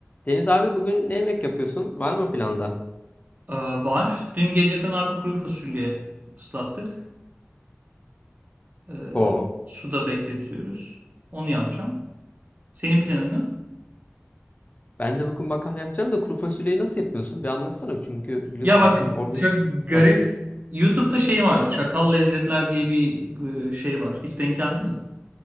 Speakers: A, on the left; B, on the right.
A: Deniz abi bugün ne yemek yapıyorsun? Var mı planda?
B: Ee, var. Dün geceden abi kuru fasulye ıslattık. Ee,
A: Oo.
B: suda bekletiyoruz. Onu yapacağım. Senin planın ne?
A: Ben de bugün makarna yapacağım da kuru fasulyeyi nasıl yapıyorsun? Bir anlatsana çünkü biliyorsun
B: Ya bak
A: bizim orada...
B: çok garip.
A: Heh,
B: YouTube'da şey vardı. Çakal Lezzetler diye bir e, şey var. Hiç denk geldin mi?